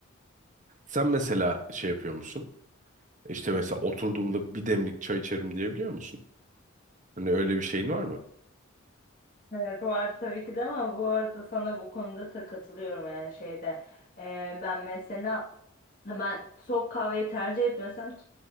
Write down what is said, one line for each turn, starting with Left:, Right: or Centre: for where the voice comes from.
Right: Sen mesela şey yapıyor musun? E, İşte mesela oturduğumda bir demlik çay içerim diyebiliyor musun? Hani öyle bir şeyin var mı?
Left: Evet, var tabii ki de ama bu arada sana bu konuda da katılıyorum yani şeyde Ee, ben mesela ben soğuk kahveyi tercih etmesem ki-